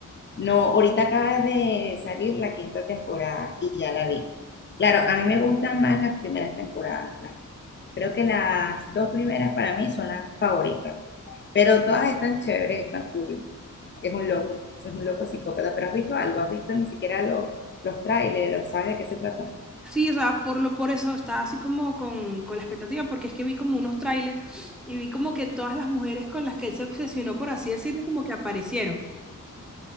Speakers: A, on the left (about 35°); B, in the centre.
A: No, ahorita acaba de salir la quinta temporada y ya la vi. Claro, a mí me gustan más las primeras temporadas. Creo que las dos primeras para mí son las favoritas, pero todas están chéveres, están cool. Es un loco, es un loco psicópata, pero has visto algo, has visto ni siquiera los, los trailers, ¿sabes de qué se trata?
B: Sí, o sea, por lo, por eso estaba así como con, con la expectativa, porque es que vi como unos trailers y vi como que todas las mujeres con las que él se obsesionó, por así decirlo, como que aparecieron.